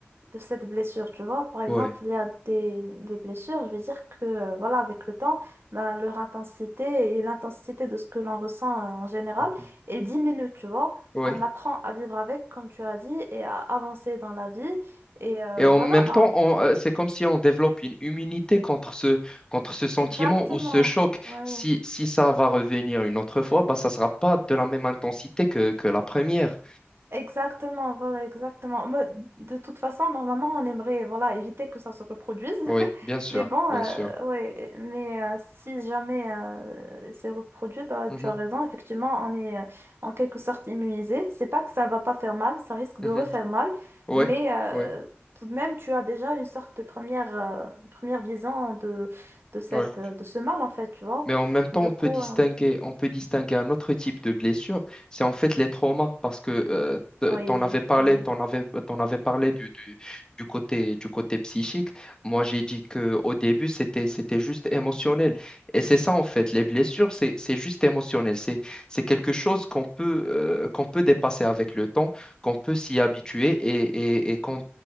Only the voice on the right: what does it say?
de cette blessure. Tu vois, par exemple,
il y a des, des blessures, je vais dire que euh, voilà, avec le temps, ben, leur intensité et l'intensité de ce que l'on ressent euh, en général,
elle diminue, tu vois.
On apprend à vivre avec, comme tu as dit, et à avancer dans la vie. Et euh,
voilà,
Exactement,
ouais,
exactement, voilà, exactement. Mais de toute façon, normalement, on aimerait, voilà, éviter que ça se reproduise.
<laughs>
Mais bon,
euh,
ouais, mais euh, si jamais euh, c'est reproduit, bah,
tu as raison, effectivement, on est euh, en quelque sorte immunisé. C'est pas que ça va pas faire mal, ça risque
de refaire mal,
mais euh,
tout de même, tu as déjà une sorte de première, euh, une première vision de, de cette,
de ce mal, en fait, tu vois.
Du
coup,
euh,
oui,
ouais,